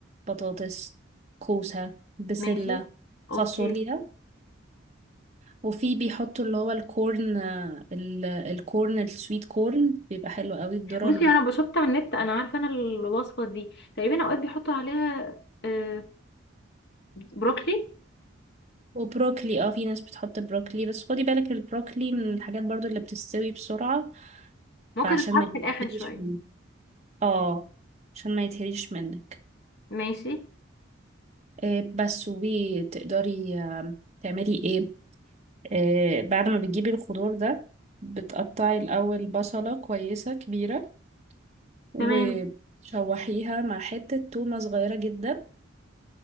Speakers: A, on the right; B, on the left.
A: بطاطس كوسة بسلة
B: ماشي اوكي
A: فاصوليا وفي بيحطوا اللي هو الكورن آه، ال- الكورن السويت كورن بيبقى حلو قوي الذرة
B: بصي انا شفتها من النت انا عارفه انا الوصفه دي تقريبا اوقات بيحطوا عليها آه بروكلي
A: وبروكلي اه في ناس بتحط بروكلي بس خدي بالك البروكلي من الحاجات برضو اللي بتستوي بسرعة
B: ممكن
A: فعشان
B: تتحط
A: ما
B: في الاخر
A: يتهريش
B: شويه
A: منك اه عشان ما يتهريش منك
B: ماشي
A: آه بس وتقدري آه تعملي ايه آه بعد ما بتجيبي الخضار ده بتقطعي الأول بصلة كويسة كبيرة وتشوحيها
B: تمام
A: مع حتة تومة صغيرة جدا